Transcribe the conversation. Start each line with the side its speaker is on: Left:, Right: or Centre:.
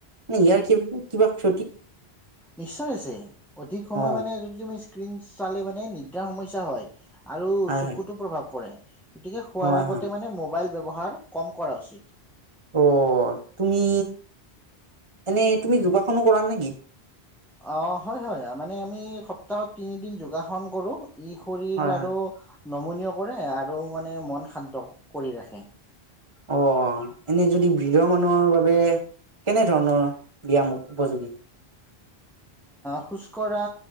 Right: মানে ইয়াৰ ক কিবা ক্ষ
Centre: নিশ্চয় আছে অধিক সময়
Right: অ
Centre: মানে যদি তুমি স্ৰীণ চালে মানে নিদ্ৰা সমস্যা হয় আৰু
Right: হয়
Centre: চকুতো
Right: হয়
Centre: প্ৰভাৱ পৰে <inaudible> গতিকে শুৱাৰ
Right: হয়
Centre: আগতে
Right: হয়
Centre: মানে মোবাইল ব্যৱহাৰ কম কৰা উচিত।
Right: অ' তুমি এনেই তুমি যোগাসনো কৰা নেকি?
Centre: অ' হয় হয়, মানে আমি সপ্তাহত তিনিদিন যোগাসন কৰো। ই শৰীৰ
Right: হয় হয়
Centre: আৰু নমনীয় কৰে আৰু মানে মন শান্ত কৰি ৰাখে।
Right: অ' এনে যদি বৃদ্ধ মানুহৰ বাবে কেনে ধৰণৰ ব্যায়াম উপযোগী?
Centre: খোজকঢ়া